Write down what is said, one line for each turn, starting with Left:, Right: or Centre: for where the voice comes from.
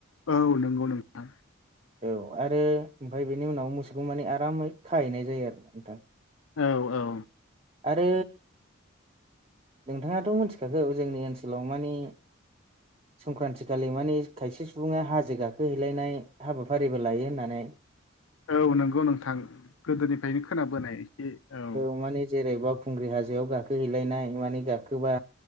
Left: औ नंगौ नोंथां।
Right: औ आरो ओमफ्राय बेनि उनाव मोसौखौ माने आरामै खाहैनाय जायो आरो नोंथां।
Left: औ औ।
Right: आरो नोंथाङाथ' मिथिखागौ जोंनि ओनसोलाव मानि संक्रान्तिखालि माने खायसे सुबुङा हाजो गाखोहैलायनाय हाबाफारिबो लायो होननानै
Left: औ नंगौ नोंथां गोदोनिफ्रायनो खोनाबोनाय एसे औ
Right: म जेरैबा खुंग्रि हाजोआव गाखोहैलायनाय माने गाखोबा